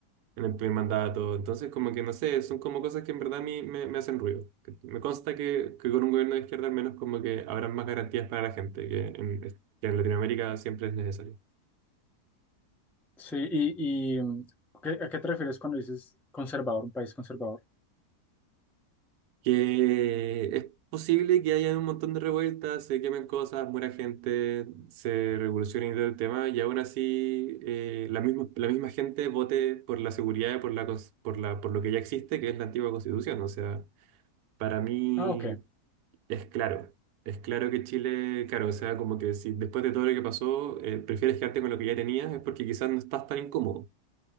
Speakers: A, on the right (about 80°); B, in the centre.
A: en el primer mandato. Entonces, como que no sé, son como cosas que en verdad a mí me, me hacen ruido. Que- Me consta que, que con un gobierno de izquierda al menos como que habrán más garantías para la gente, que en, que en Latinoamérica siempre es necesario.
B: Sí, y, y mm, ¿qué- ¿a qué te refieres cuando dices conservador, un país conservador?
A: Que es posible que haya un montón de revueltas, se quemen cosas, muera gente, se revolucione y todo el tema, y aún así eh, la misma, la misma gente vote por la seguridad y por la, cons- por la, por lo que ya existe, que es la antigua constitución. O sea, para mí...
B: Ah, ok,
A: Es claro, es claro que Chile, claro, o sea, como que si después de todo lo que pasó, eh, prefieres quedarte con lo que ya tenías, es porque quizás no estás tan incómodo,